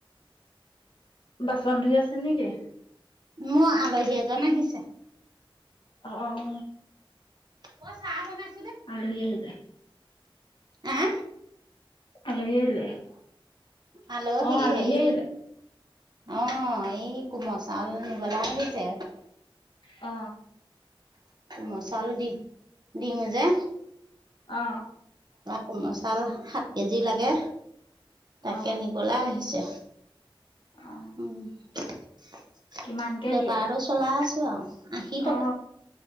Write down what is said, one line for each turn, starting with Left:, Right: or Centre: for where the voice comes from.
Left: বাচন ধুই আছে নেকি?
Right: মোৰ আলহী এজন আহিছে।
Left: অ <inaudible>
Right: অ চাহ বনাম
Left: আলহি আহিলে <unintelligible>
Right: আহ
Left: আলহি আহিলে
Right: আলহি'
Left: অ আলহী
Right: হেয়
Left: আহিলে
Right: অহ এই কোমল চাউল নিবলৈয় আহিছে
Left: অ
Right: মচাল দি দিওঁ যে
Left: অ
Right: কমচাল সাত কেজি লাগে তাকে
Left: অ
Right: নিবলৈ আহিছে।
Left: অ
Right: উম <inaudible>
Left: কিমানকে
Right: বেপাৰতটো
Left: দিয়ে
Right: চলাই আছো আৰু আশী
Left: অ
Right: টকা